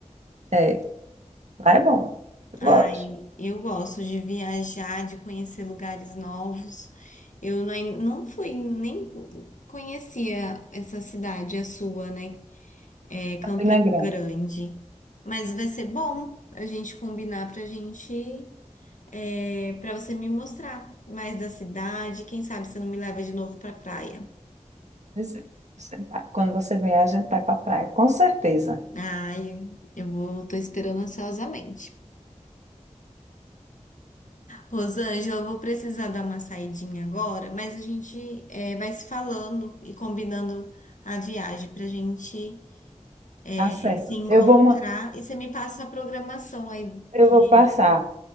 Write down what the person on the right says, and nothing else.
É, lá é bom, eu
gosto.
Campina Grande.
Pois é, você vai. Quando você vier, a gente vai para praia, com certeza.
Tá
certo.
Eu vou, ma-
eu
vou passar